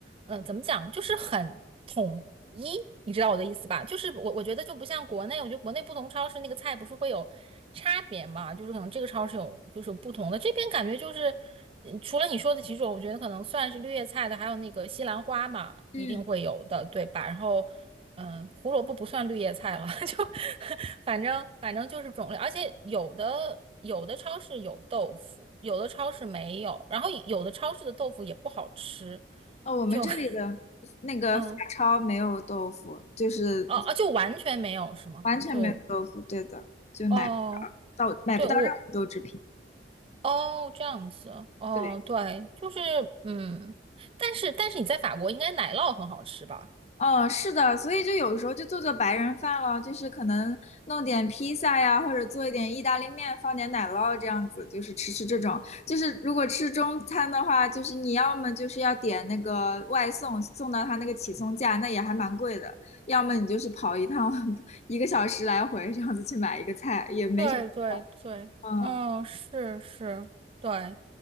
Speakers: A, on the right (about 30°); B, on the left (about 35°).
A: 嗯，怎么讲，就是很统一，你知道我的意思吧？就是我我觉得就不像国内，我觉得国内不同超市那个菜不是会有差别嘛，就是可能这个超市有就是不同的，这边感觉就是，嗯除了你说的几种，我觉得可能算是绿叶菜的，还有那个西兰花嘛，
B: 嗯，
A: 一定会有的，对吧？然后。嗯，胡萝卜不算绿叶菜了，<laughs> 就反正反正就是种类，而且有的有的超市有豆腐，有的超市没有，然后有的超市的豆腐也不好吃，
B: 哦，我们这里的那个法超没有豆腐，
A: 就 <laughs> 嗯
B: 就是。
A: 哦哦，就完全没有是吗？
B: 完全没有豆腐，
A: 就
B: 对的，就买不
A: 哦，
B: 到到买不到任何豆制品。
A: 对我哦这样子哦，
B: 对，
A: 对，就是嗯，但是但是你在法国应该奶酪很好吃吧？
B: 嗯，是的，所以就有时候就做做白人饭了，就是可能弄点披萨呀，或者做一点意大利面，放点奶酪这样子，就是吃吃这种。就是如果吃中餐的话，就是你要么就是要点那个外送，送到他那个起送价，那也还蛮贵的；要么你就是跑一趟 <laughs> 一个小时来回这样子去买一个菜，也没啥。
A: 对对对，
B: 嗯。
A: 嗯，是是，对，